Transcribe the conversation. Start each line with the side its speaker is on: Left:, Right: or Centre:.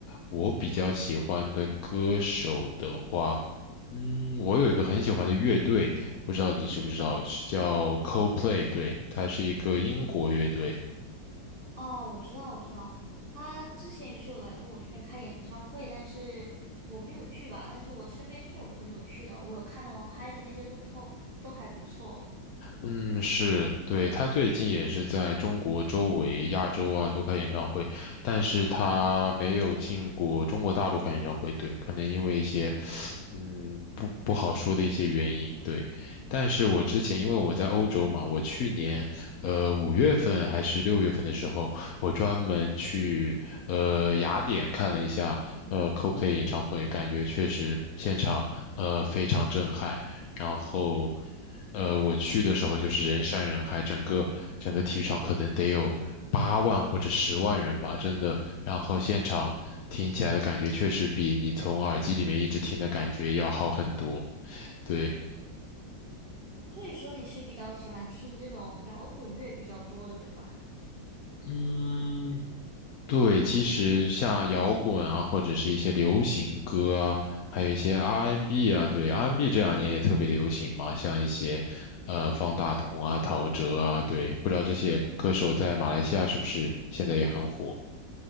Left: 我比较喜欢的歌手的话，嗯，我有一个很喜欢的乐队，不知道你知不知道，是叫 Coldplay，对，它是一个英国乐队。
Right: 哦，我知道，我知道，他之前也是有来过我这边开演唱会，但是我没有去吧。但是我身边是有朋友去的，我有看到我拍的那些路透都还不错。
Left: 嗯，是，对，他最近也是在中国周围、亚洲啊都开演唱会，但是他没有进过中国大陆开演唱会，对，可能因为一些，嗯，不不好说的一些原因，对。但是我之前因为我在欧洲嘛，我去年，呃，五月份还是六月份的时候，我专门去，呃，雅典看了一下，呃，Coldplay 演唱会，感觉确实现场，呃，非常震撼，然后。呃，我去的时候就是人山人海，整个整个体育场可能得有八万或者十万人吧，真的。然后现场听起来的感觉确实比你从耳机里面一直听的感觉要好很多。对，
Right: 所以说你是比较喜欢听这种摇滚乐比较多的，对吧？
Left: 嗯，对，其实像摇滚啊，或者是一些流行歌啊，还有一些 R&B n 啊，对，R&B n 这两年也特别流行嘛，像一些呃方大同啊、陶喆啊，对，不知道这些歌手在马来西亚是不是现在也很火。